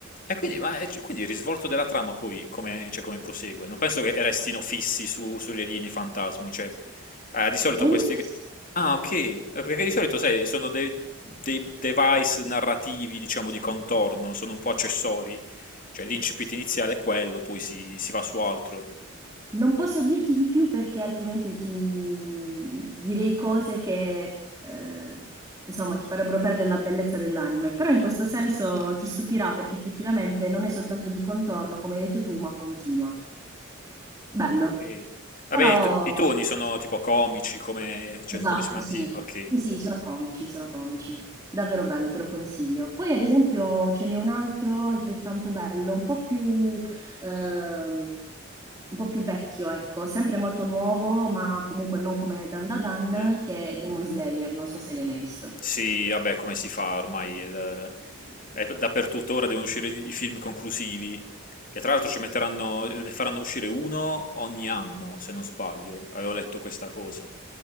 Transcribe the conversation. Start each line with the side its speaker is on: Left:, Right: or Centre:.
Left: E quindi, ma, eh, c- quindi il risvolto della trama poi come, cioè, come prosegue? Non penso che restino fissi su- sugli alieni fantasmi, cioè, eh, di solito
Right: E
Left: questi...
Right: invece sì,
Left: Ah, ok, eh, perché di solito, sai, sono dei, dei device narrativi, diciamo, di contorno, sono un po' accessori, cioè l'incipit iniziale è quello, poi si, si va su altro.
Right: non posso dirti di più perché altrimenti ti direi cose che, ehm, insomma ti farebbero perdere la bellezza dell'anime, però in questo senso ti stupirà perché effettivamente non è soltanto di contorno, come hai detto tu, ma continua. Bello.
Left: Ok. Vabbè,
Right: Però
Left: i, t- i toni sono tipo comici, come, cioè,
Right: Esatto,
Left: come si mantiene...
Right: sì.
Left: Ok.
Right: Sì, sì, sono comici, sono comici. Davvero bello, te lo consiglio. Poi ad esempio ce n'è un altro altrettanto bello, un po' più ehm, un po' più vecchio, ecco, sempre molto nuovo, ma comunque non come Dan Da Dan,
Left: Mm.
Right: che è Demon Slayer, non so se l'hai mai visto.
Left: Sì, vabbè, come si fa ormai? il- È dappertutto. Ora devono uscire i film conclusivi, che tra l'altro ci metteranno, ne faranno uscire uno ogni anno, se non sbaglio. Avevo letto questa cosa.